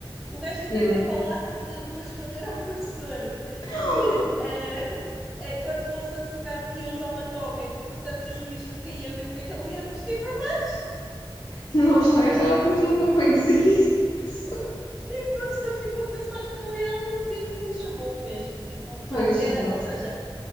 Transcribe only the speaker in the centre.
O gajo ainda
teve a lata de, de responder ao <laughs> professor
que ah, <laughs> eh, quando fosse advogado que ia usar uma toga e, portanto, o juiz nunca ia ver o que é que ele ia vestir por baixo.
o professor ficou passado com ele, tipo, chumbou mesmo. Tipo, pá,
é,
ou seja,